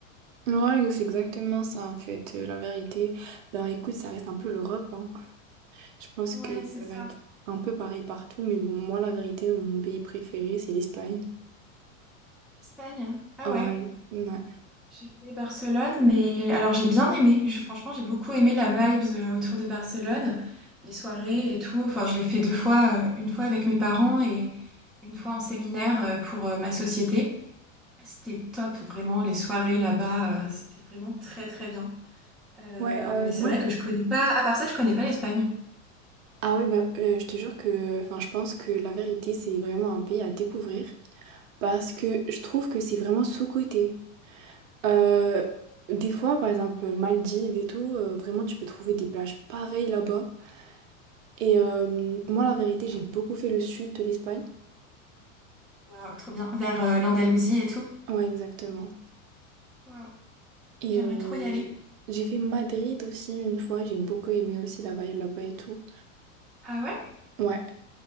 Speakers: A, on the right; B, in the centre.
A: Ouais, c'est exactement ça, en fait, euh, la vérité. Ben écoute, ça reste un peu l'Europe, hein. Je pense
B: Ouais,
A: que ça
B: c'est ça.
A: va être un peu pareil partout, mais bon, moi, la vérité, mon pays préféré, c'est l'Espagne.
B: Espagne. Ah
A: Ah
B: ouais.
A: ouais, ouais.
B: J'ai fait Barcelone, mais alors j'ai bien aimé. J'ai- Franchement, j'ai beaucoup aimé la vibes euh, autour de Barcelone, les soirées et tout. Enfin, je l'ai fait deux fois, euh, une fois avec mes parents et une fois en séminaire euh, pour euh, ma société. C'était top, vraiment, les soirées là-bas, euh, c'était vraiment très très bien. Euh,
A: Ouais, euh,
B: mais
A: moi,
B: c'est vrai que je connais pas, à part ça, je connais pas l'Espagne.
A: ah ouais, bah, euh, je te jure que, enfin, je pense que la vérité, c'est vraiment un pays à découvrir parce que je trouve que c'est vraiment sous-coté. Euh, des fois, par exemple, Maldives et tout, euh, vraiment, tu peux trouver des plages pareilles là-bas. Et euh, moi, la vérité, j'ai beaucoup fait le sud de l'Espagne.
B: Waouh, trop bien. Vers euh, l'Andalousie et tout.
A: Ouais, exactement.
B: Waouh,
A: Et
B: j'aimerais
A: euh,
B: trop y aller.
A: j'ai fait Madrid aussi une fois, j'ai beaucoup aimé aussi la vibe là-bas et tout.
B: Ah ouais?
A: Ouais.